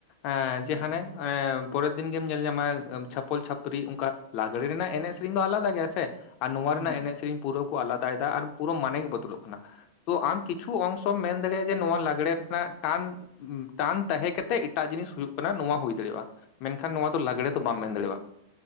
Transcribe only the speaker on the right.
ᱦᱩᱸ
ᱦᱩᱸ
ᱦᱩᱸ